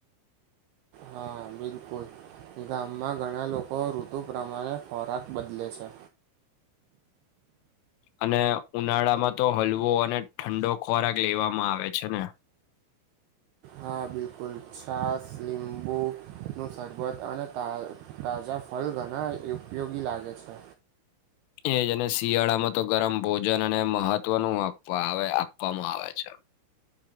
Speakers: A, on the right (about 80°); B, on the left (about 85°).
A: હા બિલકુલ ગામમાં ઘણા લોકો ઋતુ પ્રમાણે ખોરાક બદલે છે.
B: અને ઉનાળામાં તો હલવો અને ઠંડો ખોરાક લેવામાં આવે છે ને
A: હા બિલકુલ છાસ લીંબુનું શરબત અને તાજા ફલ ઘણા ઉપયોગી લાગે છે.
B: એજને શિયાળામાં તો ગરમ ભોજન અને મહત્વનું આપવા આવે આપવામાં આવે છે.